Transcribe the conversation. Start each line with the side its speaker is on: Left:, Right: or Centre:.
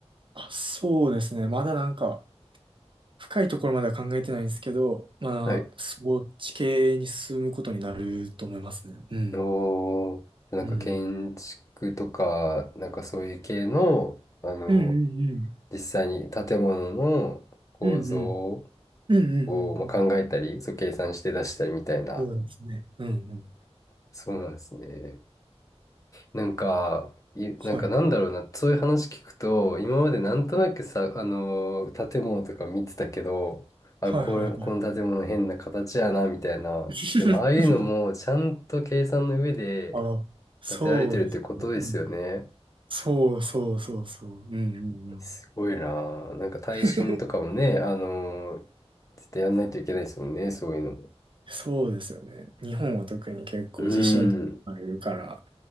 Right: あ、そうですね。まだなんか、深いところまでは考えてないんですけど、まあ、
Left: はい。
Right: そっち系に進むことになると思いますね。うん。
Left: おー、なんか建築とか、
Right: うん。
Left: なんかそういう系の、あの、
Right: うんうんうん。
Left: 実際に建物の構造
Right: うんうん。うんうんうんうん。
Left: をまあ考えたり、そう計算して出したりみたいな。
Right: そうですね。うんうん。
Left: そうなんですね。なんか、い、なんかなんだろうな、
Right: はい。
Left: そういう話聞くと、今までなんとなくさ、あのー建物とか見てたけど、あ、
Right: はいはいはい。
Left: これ、この建物変な形やな、みたいな。
Right: <laughs>
Left: でも、ああいうのもちゃんと計算の上で
Right: あ、そうですね。
Left: 建てられてるってことですよね。
Right: うんそうそうそうそう。うんうんうん。
Left: すごいな。なんか耐震とかもね、
Right: <laughs>
Left: あのー絶対やんないといけないですもんね、そういうの。
Right: そうですよね。日本は特に結構地震とかあるから、
Left: うん。